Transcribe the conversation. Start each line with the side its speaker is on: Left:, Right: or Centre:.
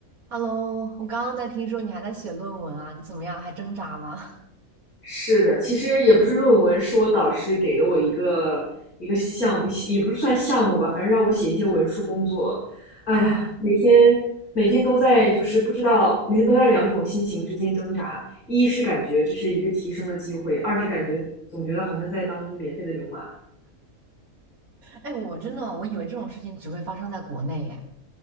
Right: Hello，我刚刚在听说你还在写论文啊，你怎么样？还挣扎吗？
Left: 是的，其实也不是论文，是我导师给的我一个一个项目，也不是算项目吧，反正让我写一些文书工作。哎呀，
Right: <laughs> 啊，
Left: 每天每天都在就是不知道，每天都在两种心情之间挣扎。一是感觉这是一个提升的机会，二是感觉总觉得好像在当免费的牛马。
Right: 哎，我真的，我以为这种事情只会发生在国内耶。